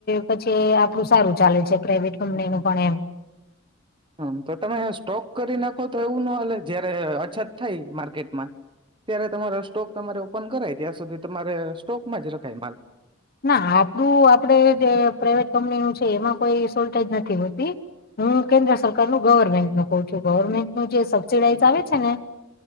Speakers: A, on the left; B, on the right.
A: પછી આપડું સારું ચાલે છે, પ્રાાઈવેટ કંપનીનું. પણ એમ.
B: હં, તો તમે સ્ટોક કરી નાખો, તો એવું નો હાલે? જયારે અછત થાય, માર્કેટમાં ત્યારે તમારા સ્ટોક તમારે ઓપન કરાય, ત્યાં સુધી તમારે સ્ટોકમાં જ રખાય માલ.
A: ના આપડું આપડે જે પ્રાઈવેટ કંપનીનું છે એમાં કોઈ સોલ્ટેજ નથી હોતી. હું કેન્દ્ર સરકારનું ગવર્મેન્ટનું કહું છું. ગવર્મેન્ટનું જે સબસિડાઈઝ આવે છે ને